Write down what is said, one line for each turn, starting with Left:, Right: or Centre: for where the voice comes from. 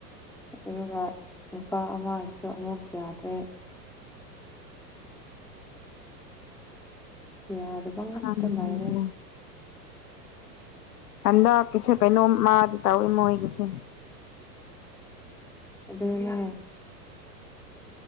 Centre: ꯑꯗꯨꯒ ꯅꯨꯄꯥ ꯑꯃꯁꯨ ꯑꯃꯨꯛ ꯌꯥꯗ꯭ꯔꯦ ꯌꯥꯗꯕ ꯉꯥꯛꯇ
Left: ꯈꯪꯗꯦ
Centre: ꯉꯥꯏꯔꯦ
Left: ꯍꯟꯗꯛꯀꯤꯁꯦ ꯀꯩꯅꯣꯝ ꯃꯥꯗꯤ ꯇꯧꯏ ꯃꯣꯏꯒꯤꯁꯦ
Centre: ꯑꯗꯨꯗ